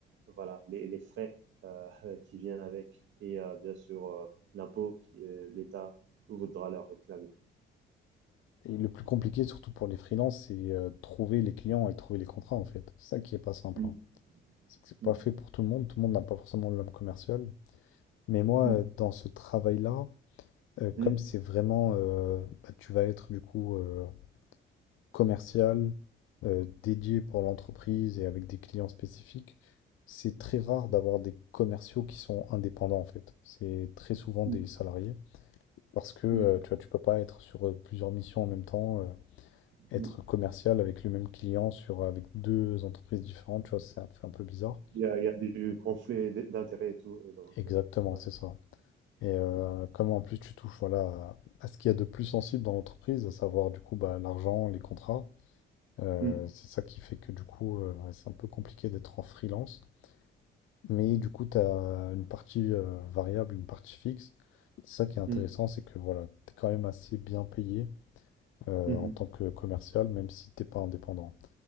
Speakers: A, on the right; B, on the left.
A: voilà, les les frais, heu, <laughs> qui viennent avec et heu, bien sûr, heu, l'impôt que l'État voudra leur réclamer.
B: Et le plus compliqué, surtout pour les freelances, c'est euh, trouver les clients et trouver les contrats, en fait. C'est ça qui est pas simple.
A: Mmh,
B: hein. C'est que c'est pas
A: mmh,
B: fait pour tout le monde. Tout le monde n'a pas forcément l'homme commercial. Mais moi,
A: mmh,
B: euh, dans ce travail-là, euh,
A: mmh,
B: comme c'est vraiment, euh, bah, tu vas être du coup euh, commercial euh, dédié pour l'entreprise et avec des clients spécifiques, c'est très rare d'avoir des commerciaux qui sont indépendants en fait. C'est très souvent
A: mmh,
B: des salariés parce que euh,
A: mmh,
B: tu vois, tu peux pas être sur euh, plusieurs missions en même temps, euh, être
A: mmh.
B: commercial avec le même client sur avec deux entreprises différentes, tu vois, ça fait un peu bizarre.
A: Il y a, il y a du conflit d'intérêts et tout. Et donc,
B: Exactement,
A: euh, ouais.
B: c'est ça. Et euh, comme en plus tu touches voilà à, à ce qu'il y a de plus sensible dans l'entreprise, à savoir du coup bah, l'argent, les contrats. Euh,
A: Mm,
B: c'est ça qui fait que du coup, euh, ouais, c'est un peu compliqué d'être en freelance. Mais du coup, tu as une partie euh, variable, une partie fixe. C'est ça qui est intéressant,
A: mm,
B: c'est que voilà, tu es quand même assez bien payé euh,
A: mm,
B: en tant que commercial, même si t'es pas indépendant.